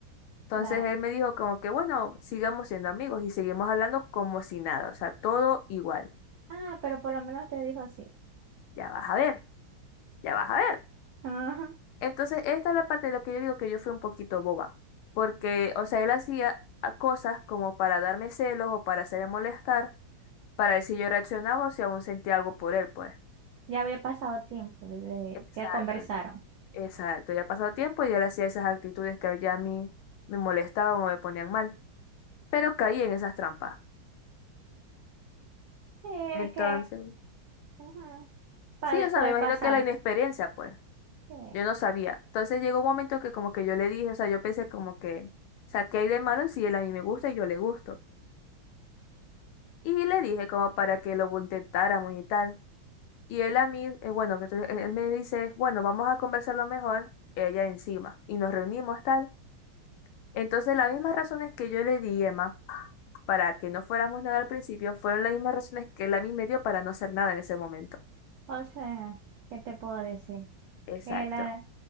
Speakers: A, on the left; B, on the right.
A: Entonces
B: Claro.
A: él me dijo como que, bueno, sigamos siendo amigos y seguimos hablando como si nada, o sea, todo igual.
B: Ah, pero por lo menos te dijo sí.
A: Ya vas a ver, ya vas a ver.
B: Ajá.
A: Entonces, esta es la parte de lo que yo digo que yo fui un poquito boba, porque, o sea, él hacía a- cosas como para darme celos o para hacerme molestar, para ver si yo reaccionaba o si aún sentía algo por él, pues.
B: Ya había pasado tiempo desde
A: Exacto,
B: que conversaron.
A: sí. Exacto, ya pasó tiempo y él hacía esas actitudes que ya a mí me molestaban o me ponían mal, pero caí en esas trampas.
B: Sí, es
A: Entonces,
B: que ajá, pa-
A: sí, o sea,
B: puede
A: me imagino
B: pasar.
A: que la inexperiencia, pues,
B: Sí.
A: yo no sabía. Entonces llegó un momento que como que yo le dije, o sea, yo pensé como que, o sea, ¿qué hay de malo si él a mí me gusta y yo le gusto? Y le dije como para que lo intentáramos y tal. Y él a mí, eh, bueno, que entonces él él me dice, bueno, vamos a conversarlo mejor, ella encima. Y nos reunimos tal. Entonces las mismas razones que yo le di, Emma, para que no fuéramos nada al principio, fueron las mismas razones que él a mí me dio para no hacer nada en ese momento.
B: O sea, ¿qué te puedo decir?
A: Exacto.
B: Que la,